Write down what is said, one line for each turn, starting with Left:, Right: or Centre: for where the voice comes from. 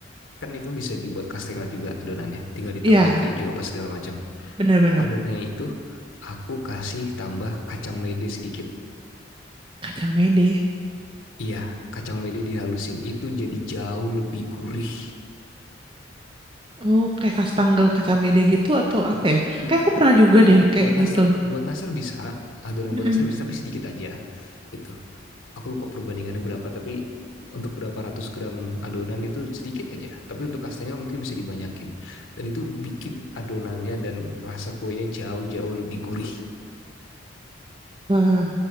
Left: kan itu bisa dibuat kastengel juga adonannya, tinggal ditambahin
Right: Iya,
Left: keju apa segala macam.
Right: bener-bener.
Left: Adonannya itu aku kasih tambah kacang mede sedikit.
Right: Kacang mede.
Left: Iya, kacang mede dihalusin itu jadi jauh lebih gurih.
Right: Oh, kayak kastangel kacang mede gitu atau apa ya?
Left: Mm,
Right: Kayak aku pernah juga deh
Left: Buat
Right: kayak
Left: buat nastar,
Right: gitu.
Left: buat nastar bisa, adonan
Right: Mm-mm.
Left: buat nastar bisa tapi sedikit aja gitu. aku lupa perbandingannya berapa tapi untuk berapa ratus gram adonan itu sedikit aja tapi untuk kastengel mungkin bisa dibanyakin dan itu bikin adonannya dan rasa kuenya jauh-jauh lebih gurih
Right: Wah,